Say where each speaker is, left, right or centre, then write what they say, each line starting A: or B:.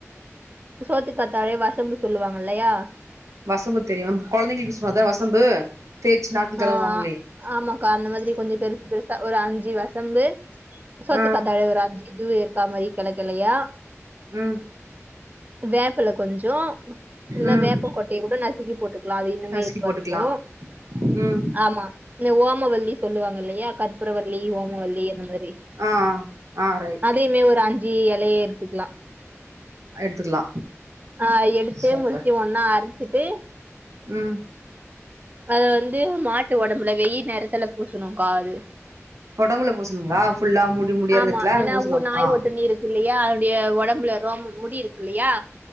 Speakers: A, on the right; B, on the right.
A: சோத்து கத்தாழை வசம்பு சொல்லுவாங்க இல்லையா
B: வசம்பு தெரியு கொழந்தைங்களுக்கு சொ அதா வசம்பு தேய்ச்சி நாக்ல
A: ஆ
B: தடவுவாங்களே
A: ஆமாக்கா அந்த மாதிரி கொஞ்ச பெருசு பெருசா ஒரு அஞ்சி வசம்பு சோத்துக்கத்தாழை
B: ஆ
A: ஒரு அஞ்சி எதுவு இற்க்கா மாரி கனவு கண்டயா
B: ம்
A: வேப்பல கொஞ்சோ இல்ல
B: ம்
A: வேப்ப கொட்டைய கூட நசுக்கி போட்டுக்குலா அது இன்னமே
B: நசுக்கி
A: இதுவா
B: போட்டுக்கலா
A: இருக்கு
B: ம்
A: ஆமா இந்த ஓமவல்லி சொல்லுவாங்க இல்லயா கற்பூரவள்ளி ஓமவல்லி அந்த மாரி
B: ஆ ஆ ரைட்
A: பேமே ஒரு அஞ்சி எலய எடுத்துக்லா
B: எடுத்துக்கலா
A: ஆ எடுத்து
B: சூப்பர்
A: மூனுத்தியு ஒன்னா அரச்சிட்டு
B: ம்
A: அத வந்து மாட்டு ஒடம்புல வெயில் நேரத்துல பூசணுக்கா அது
B: ஒடம்புல பூசணுங்களா ஃபுல்லா முடி முடியாறத்துல
A: ஆமா
B: அங்க
A: ஏன்னா
B: பூசணும்
A: ஊ- நாய்
B: ஆ
A: ஒட்டுண்ணி இருக்கு இல்லையா அதனுடைய ஒடம்புல ரோம முடி இருக்கு இல்லயா